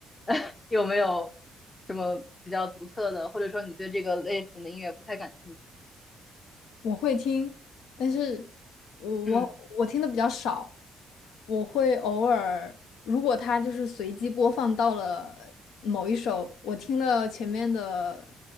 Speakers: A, on the left (about 25°); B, on the left (about 85°).
A: <laughs> 有没有什么比较独特的，或者说你对这个类型的音乐不太感兴趣？
B: 我会听，但是我我我听的比较少，
A: 嗯，
B: 我会偶尔，如果它就是随机播放到了某一首，我听了前面的